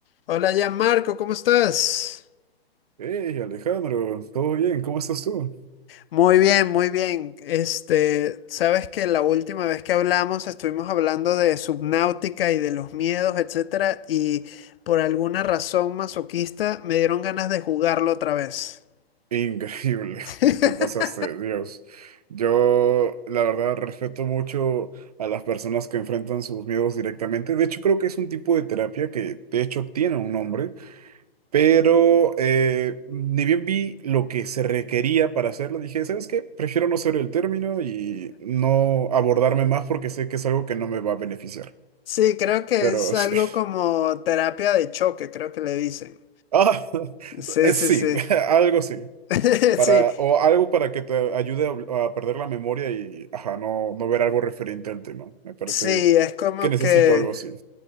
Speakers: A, on the left (about 65°); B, on the right (about 40°).
A: Hola ya Marco, ¿cómo estás?
B: Hey Alejandro, ¿todo bien? ¿Cómo estás tú?
A: Muy bien, muy bien. Este, sabes que la última vez que hablamos estuvimos hablando de Subnáutica y de los miedos, etcétera, y por alguna razón masoquista me dieron ganas de jugarlo otra vez.
B: Increíble, <laughs>
A: <laughs>
B: te pasaste, Dios. Yo, la verdad, respeto mucho a las personas que enfrentan sus miedos directamente. De hecho, creo que es un tipo de terapia que, de hecho, tiene un nombre, pero eh, ni bien vi lo que se requería para hacerlo. Dije, ¿sabes qué? Prefiero no saber el término y no abordarme más porque sé que es algo que no me va a beneficiar.
A: Sí, creo que
B: Pero
A: es algo
B: sí. <laughs>
A: como terapia de choque, creo que le dicen.
B: Ah, <laughs>
A: Sí, sí,
B: sí,
A: sí.
B: <laughs> algo sí.
A: <laughs>
B: Para,
A: Sí,
B: o algo para que te ayude a, a perder la memoria y ajá, no, no ver algo referente al tema. Me parece
A: sí, es como
B: que necesito
A: que
B: algo así.